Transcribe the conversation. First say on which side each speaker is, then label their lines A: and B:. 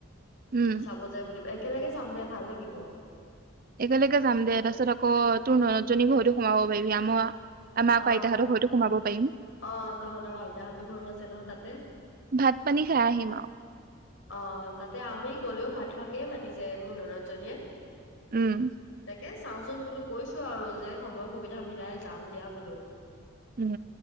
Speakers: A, on the right; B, on the left.
A: উম
B: চাব যায় একেলগে চাম দে ভাল লাগিব
A: একেলগে যাম দে তাৰপিছত আকৌ তোৰ জনী ঘৰতো সোমাব পাৰিবি আমাৰ আকৌ
B: অ,
A: আইতাহঁতৰ ঘৰতো সোমাব পাৰিম
B: অ, তহঁতৰ আইতাহঁতৰ ঘৰ আছে নহয় তাতে?
A: ভাত পানী খাই আহিম আৰু
B: অ, তাতে আমি গলেও ভাত খুৱাকে মাতিছে মোৰ নৰদ জনীয়ে।
A: উম
B: তাকে চাওঁচোন বোলো কৈছো আৰু যে সময় সুবিধা মিলাই যাম দিয়া। হুলু
A: উম